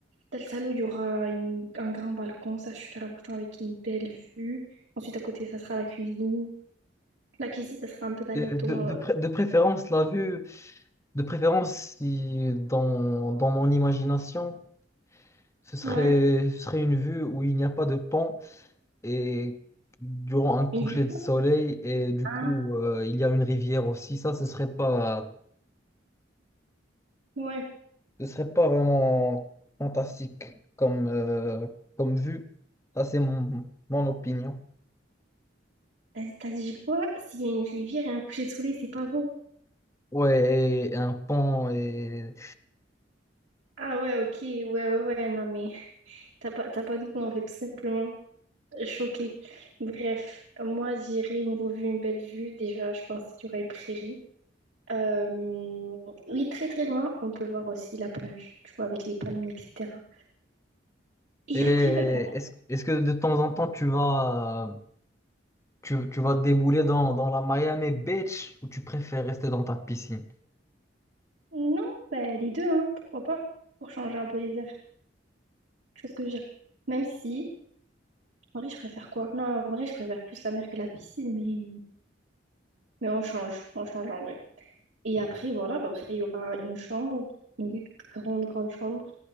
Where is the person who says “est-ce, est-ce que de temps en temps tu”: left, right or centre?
Left